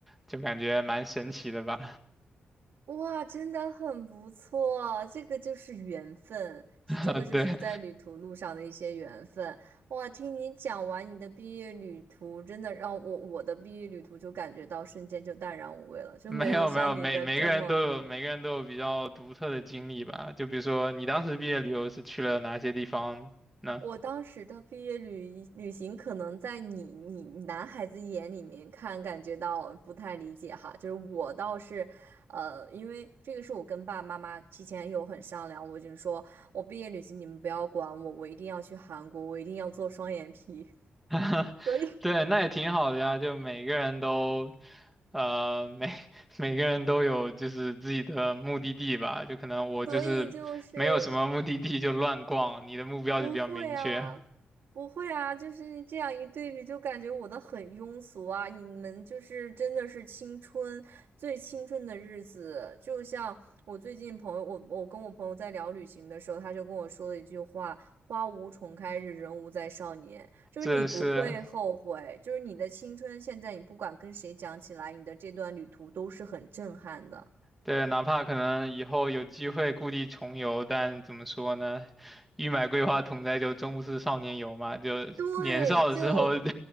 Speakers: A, in the centre; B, on the right.
A: 就感觉蛮神奇的吧，
B: 哇，真的很不错，这个就是缘分，是这个就是在旅途路上的一些缘分。
A: <laughs> 对。
B: 哇，听你讲完你的毕业旅途，真的让我我的毕业旅途就感觉到瞬间就淡然无味了，
A: <laughs>
B: 就没有像你的这么。
A: 没有没有，每每个人都有每个人都有比较独特的经历吧。就比如说你当时毕业旅游是去了哪些地方呢？
B: 我当时的毕业旅旅行，可能在你你你男孩子眼里面看，感觉到不太理解哈。就是我倒是，呃，因为这个是我跟爸爸妈妈提前有很商量，我就说我毕业旅行你们不要管我，我一定要去韩国，我一定要做双眼皮，
A: <laughs>
B: <laughs> 所以
A: 对，那也挺好的呀。就每个人都，呃，每 <laughs> 每个人都有就是自己的目的地吧。就可能我就是没有什么目的地就乱逛，
B: 所以就是。
A: 你的目标就比较明确。
B: 不会啊，不会啊，就是这样一对比，就感觉我的很庸俗啊。你们就是真的是青春最青春的日子，就像我最近朋友，我我跟我朋友在聊旅行的时候，他就跟我说了一句话：“花无重开日，人无再少年。”就是你不会后悔，
A: 这是
B: 就是你的青春，现在你不管跟谁讲起来，你的这段旅途都是很震撼的。
A: 对，哪怕可能以后有机会故地重游，但怎么说呢？欲买桂花同载酒，终不似少年游嘛。就年少的时候，
B: 对，就